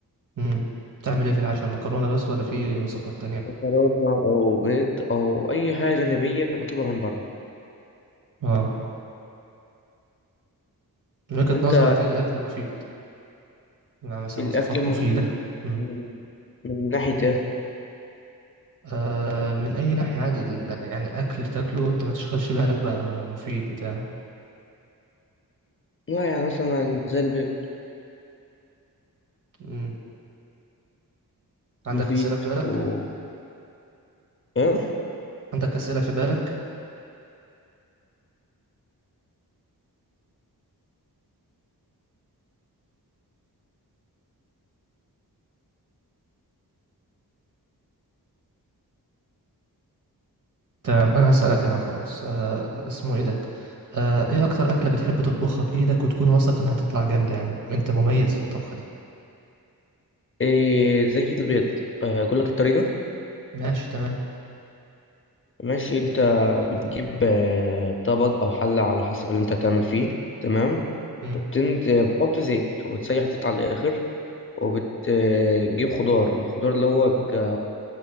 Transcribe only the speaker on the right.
امم تعمل ايه في العشاء المكرونه بس ولا في وصفات تانية
اه من وجهة
نظرك ايه الاكل مفيد يعني مثلا
وصفات
مفيده امم
آه من اي ناحيه عادي ال- يعني اكل تاكله انت ما تشغلش بالك بقى مفيد بتاع
امم عندك
اسئله في بالك
عندك اسئله في بالك تمام انا هسالك انا خلاص آه اسمه ايه ده آه، ايه اكتر اكلة بتحب تطبخها بايدك وتكون واثق انها تطلع جامدة يعني انت مميز في الطبخة دي
ماشي تمام
امم